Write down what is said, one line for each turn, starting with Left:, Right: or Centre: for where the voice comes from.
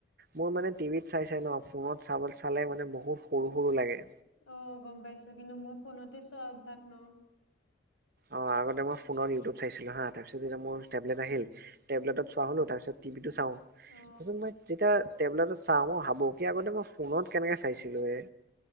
Right: মোৰ মানে টিভিত চাই চাই ন ফোনত চাব চালে মানে বহুত সৰু সৰু লাগে।
Left: অ গম পাইছো কিন্তু মোৰ ফোনতে চোৱা অভ্যাস ন।
Right: অ আগতে মই ফোনত ইউটিউব চাইছিলো হা তাৰ পিছ যেতিয়া মোৰ টেবলেট আহিল, টেবলেটত চোৱা হ'লো তাৰপিছত টিভিটো চাওঁ,
Left: অ
Right: তাৰপিছত মই যেতিয়া টেবলেটত চাওঁ মই ভাবো কি আগতে ফোনত কেনেকৈ চাইছিলোঁ এ।